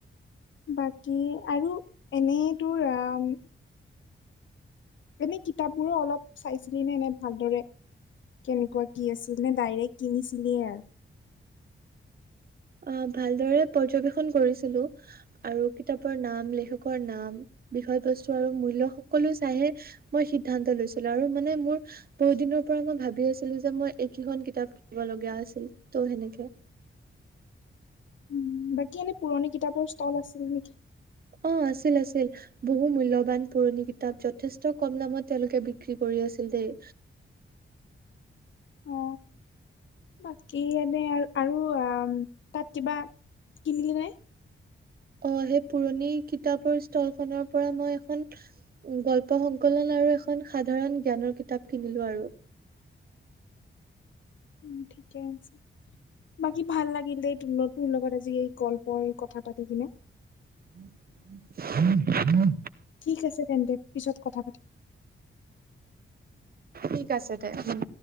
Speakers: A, on the left; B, on the right.
A: বাকী আৰু এনে তোৰ আম এনেই কিতাপ বোৰো অলপ চাইছিলি নে এনে ভালদৰে? কেনেকুৱা কি আছিল নে ডাইৰেক্ট কিনিছিলিয়ে আৰ।
B: অ ভালদৰে পৰ্যবেক্ষন কৰিছিলো। আৰু কিতাপৰ নাম লেখকৰ নাম বিষয় বস্তু আৰু মূল্য সকলো চাইহে মই সিদ্ধান্ত লৈছিলো আৰু মানে মোৰ বহু দিনৰ পৰা মই ভাবি আছিলো যে মই এইকেইখন কিতাপ কিনিব লগীয়া আছিল ত' সেনেকে
A: উম বাকী এনে পুৰণি কিতাপৰ ইষ্ঠাপ আছিল নেকি?
B: অ আছিল আছিল। বহু মূল্যবান পুৰণি কিতাপ যথেষ্ট কম দামত তেওঁলোকে বিক্ৰী কৰি আছিল দেই।
A: অ বাকী এনে আৰু আ তাত কিবা কিনিলি নে
B: অ সেই পুৰণি কিতাপৰ ষ্টলখনৰ পৰা মই এখন গল্প সংকলন আৰু এখন সাধাৰণ জ্ঞানৰ কিতাপ কিনিলো আৰু
A: উম ঠিকে আছে বাকী ভাল লাগিলে তোৰ তোৰ লগত আজি এই গল্পৰ কথা পাতি কিনে
B: উম হম
A: ঠিক আছে তেন্তে পিছত কথা পাতিম
B: ঠিক আছে দে উম